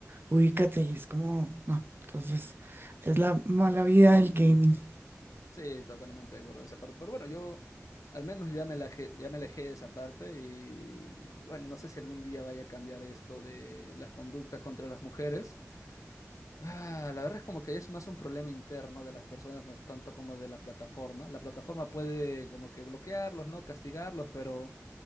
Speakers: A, on the right; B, on the left.
A: ubícate y es como, no. Entonces, es la mala vida del gaming.
B: Sí, totalmente de acuerdo en esa parte. Pero bueno, yo al menos ya me, laje- ya me alejé de esa parte y bueno, no sé si algún día vaya a cambiar esto de las conductas contra las mujeres. Ah, la verdad es como que ya es más un problema interno de las personas, no es tanto como de la plataforma. La plataforma puede como que bloquearlos, ¿no? Castigarlos, pero...